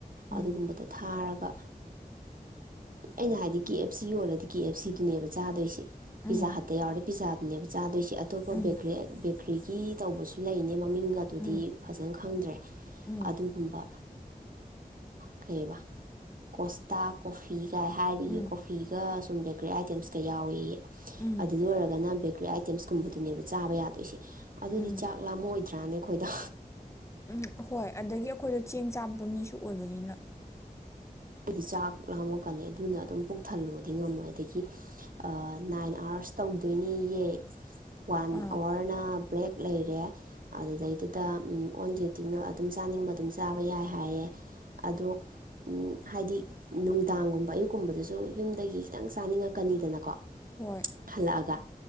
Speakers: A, on the left; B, on the right.
A: ꯎꯝ
B: ꯑꯗꯨꯒꯨꯝꯕꯗ ꯊꯥꯔꯒ ꯑꯩꯅ ꯍꯥꯏꯗꯤ ꯀꯦ ꯑꯦꯞ ꯁꯤ ꯌꯣꯜꯂꯗꯤ ꯀꯦ ꯑꯦꯞ ꯁꯤꯗꯨꯅꯦꯕ ꯆꯥꯗꯣꯏꯁꯦ ꯄꯤꯖꯥꯦꯔ
A: ꯎꯝ
B: ꯄꯤ ꯑ ꯆꯥꯗꯣꯏꯁꯤ ꯣꯕ꯭ꯔꯕ꯭ꯔ
A: ꯎꯝ
B: ꯐ꯭ꯔꯤꯒꯤ ꯇꯧꯕꯁꯨ ꯂꯩꯅꯦ ꯃꯃꯤꯡ ꯑꯗꯨꯗꯤ
A: ꯎꯝ
B: ꯐꯖꯅ ꯈꯪꯗ꯭ꯔꯦ
A: ꯎꯝ
B: ꯑꯗꯨꯒꯨꯝꯕ ꯀꯩꯕ ꯀꯣꯁꯇꯥ ꯀꯣꯐꯤ ꯀꯥꯏ ꯍꯥꯏꯔꯤꯌꯦ
A: ꯎꯝ ꯎꯝ
B: ꯀꯣꯐꯤꯒ ꯁꯨꯝ ꯀꯔꯤ ꯑꯥꯏꯇꯦꯝꯁ ꯀꯩ ꯌꯥꯎꯏꯤ
A: ꯎꯝ
B: ꯑꯗꯨꯗ ꯑꯣꯏꯔꯒꯅ ꯀ ꯑꯥꯏꯇꯦꯝꯁꯀꯨꯝꯕꯗꯨꯅꯦꯕ ꯆꯥꯕ ꯌꯥꯗꯣꯏꯁꯦ ꯑꯗꯨꯗꯤ
A: ꯎꯝ
B: ꯆꯥꯛ ꯂꯥꯝꯃꯑꯣꯏꯗ꯭ꯔꯥꯅꯦꯣ ꯑꯩꯈꯣꯏꯗ
A: ꯎꯝ ꯍꯣꯏ ꯑꯗꯒꯤ ꯑꯩꯈꯣꯏꯗ ꯆꯦꯡ ꯆꯥꯝꯕ ꯃꯤꯁꯨ ꯑꯣꯏꯕꯅꯤꯅ
B: ꯍꯥꯏꯗꯤ ꯆꯥꯛ ꯂꯥꯝꯃꯛꯀꯅꯤ ꯑꯗꯨꯅ ꯑꯗꯨꯝ ꯄꯨꯛ ꯊꯜꯂꯣꯗꯤ ꯉꯝꯃꯣꯏ ꯑꯗꯒꯤ ꯅꯥꯏꯟ ꯑꯥꯋꯥꯔꯁ ꯇꯧꯗꯣꯏꯅꯤꯌꯦꯦ ꯋꯥꯟ
A: ꯑꯥ
B: ꯑꯋꯥꯔꯅ ꯕ꯭ꯔꯦꯛ ꯂꯩꯔꯦ ꯑꯗꯨꯗꯩꯗꯨꯗ ꯑꯣꯟ ꯗ꯭ꯌꯨꯇꯤꯅ ꯑꯗꯨꯝ ꯆꯥꯅꯤꯡꯕ ꯑꯗꯨꯝ ꯆꯥꯕ ꯌꯥꯏ ꯍꯥꯏꯌꯦꯦ ꯑꯗꯣ ꯍꯥꯏꯗꯤ ꯅꯨꯡꯗꯥꯡꯒꯨꯝꯕ ꯑꯌꯨꯛꯀꯨꯝꯕꯗꯨꯁꯨ ꯌꯨꯝꯗꯒꯤ ꯈꯤꯇꯪ ꯆꯥꯅꯤꯡꯉꯛꯀꯅꯤꯗꯅꯀꯣ
A: ꯍꯣꯏ
B: ꯍꯜꯂꯛꯑꯒ